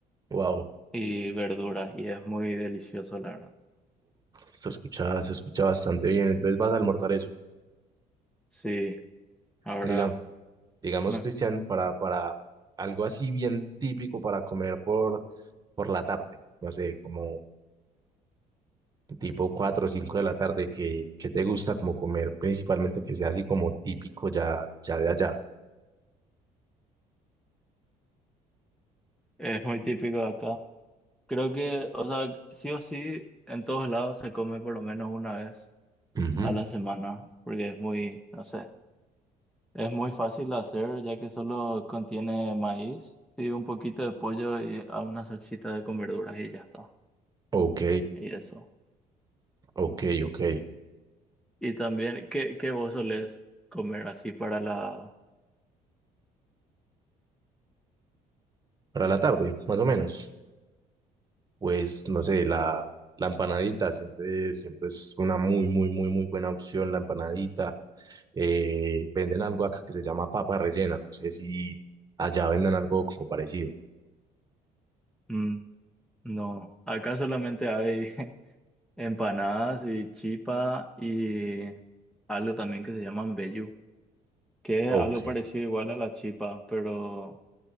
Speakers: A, on the right; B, in the centre.
A: Wow,
B: y verduras y es muy delicioso, la verdad.
A: se escucha, se escucha bastante bien. Entonces vas a almorzar eso.
B: Sí, ahora
A: Diga, digamos,
B: me-
A: Cristian, para, para algo así bien típico para comer por, por la tarde. No sé, como tipo 4 o 5 de la tarde, que que te gusta como comer? Principalmente que sea así como típico ya, ya de allá.
B: es muy típico de acá. Creo que, o sea, sí o sí, en todos lados se come por lo menos una vez
A: Ujú.
B: a la semana porque es muy, no sé. Es muy fácil de hacer ya que solo contiene maíz y un poquito de pollo y a una salsita de con verduras y ya está.
A: Ok,
B: Y eso.
A: ok, ok.
B: Y también, ¿qué, qué vos solés comer así para la...
A: Para la tarde, más o menos. Pues no sé, la, la empanadita siempre, siempre es una muy, muy, muy, muy buena opción, la empanadita. Eh, venden algo acá que se llama papa rellena, no sé si allá vendan algo como parecido.
B: Mm, no, acá solamente hay <laughs> empanadas y chipa y algo también que se llaman vellú, que
A: Ok,
B: es algo parecido igual a la chipa, pero